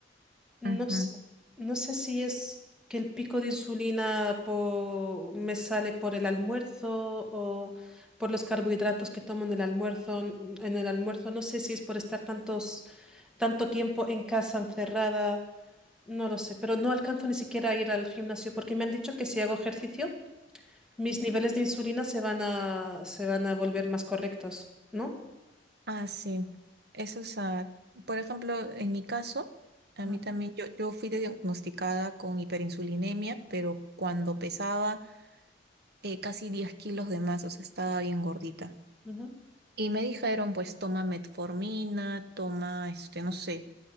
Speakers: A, in the centre; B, on the right.
A: No
B: Ujú.
A: sé, no sé si es que el pico de insulina po- me sale por el almuerzo o por los carbohidratos que tomo en el almuerzo. En el almuerzo no sé si es por estar tantos, tanto tiempo en casa encerrada. No lo sé, pero no alcanzo ni siquiera a ir al gimnasio porque me han dicho que si hago ejercicio, mis niveles de insulina se van a, se van a volver más correctos, ¿no?
B: Ah, sí. Eso es, ah, por ejemplo, en mi caso, a
A: Ujú.
B: mí también, yo, yo fui diagnosticada con hiperinsulinemia, pero cuando pesaba eh, casi 10 kilos de más, o sea, estaba bien gordita.
A: Ujú.
B: Y me dijeron, pues, toma metformina, toma, este, no sé.